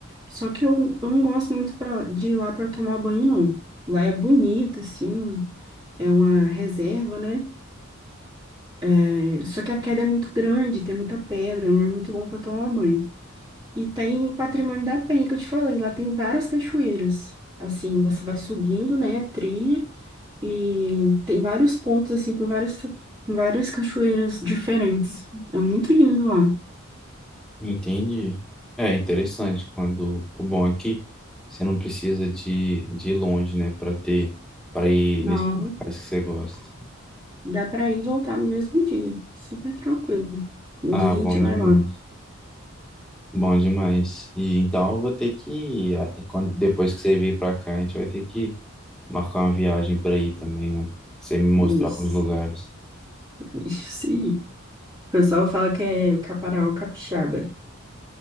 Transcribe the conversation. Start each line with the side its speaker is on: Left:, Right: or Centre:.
Right: Só que eu, eu não gosto muito pra, de ir lá para tomar banho, não. Lá é bonito, assim, é uma reserva, né? É, só que a queda é muito grande, tem muita pedra, não é muito bom para tomar banho. E tem Patrimônio da Penha, que eu te falei, lá tem várias cachoeiras. Assim, você vai subindo, né, a trilha, E tem vários pontos, assim, com várias, com várias cachoeiras diferentes. É muito lindo lá.
Centre: Entendi. É interessante quando o bom é que você não precisa de, de ir longe, né, para ter para ir
Right: Não,
Centre: nesses locais que você gosta.
Right: dá pra ir e voltar no mesmo dia. Super tranquilo. Um
Centre: Ah,
Right: dia a gente
Centre: bom
Right: vai
Centre: demais.
Right: lá.
Centre: Bom demais. E então eu vou ter que ah, é quando depois que você vir para cá, a gente vai ter que marcar uma viagem para ir também, né? Você me mostrar
Right: Isso.
Centre: alguns lugares.
Right: <laughs> Isso aí. O pessoal fala que é o Caparaó Capixaba.